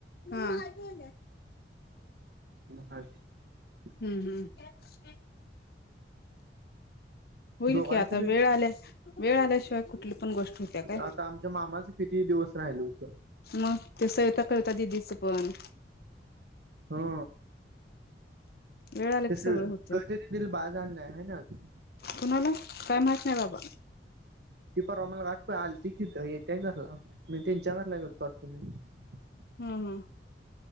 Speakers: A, on the left (about 60°); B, on the right (about 65°).
A: हा हम्म
B: <unintelligible> <unintelligible> <unintelligible>
A: हम्म हम्म होईल
B: दोघांचं
A: की आता
B: बी
A: वेळ आले. वेळ आल्याशिवाय कुठली पण गोष्ट होत्या काय,
B: आता आमच्या मामाच किती दिवस राहिल होतं
A: मग सविता, कविता त्या दिदीच पण,
B: हो.
A: वेळ आलं
B: <unintelligible>
A: की सगळं होते
B: बाळ झाल नाही ना होय ना अजून
A: कुणाला काय माहित नाही बाबा
B: ते परवा <unintelligible> आलती तिथ येत्या घरला मी त्यांच्या घरला <unintelligible>
A: हम्म हम्म